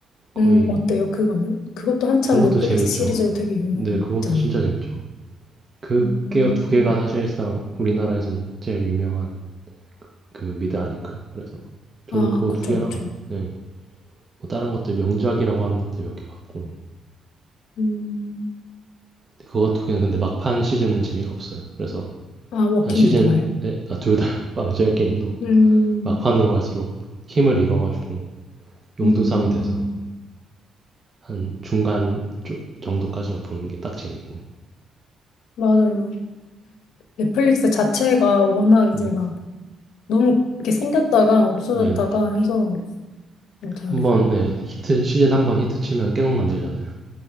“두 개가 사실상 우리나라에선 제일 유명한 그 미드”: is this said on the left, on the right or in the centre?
Right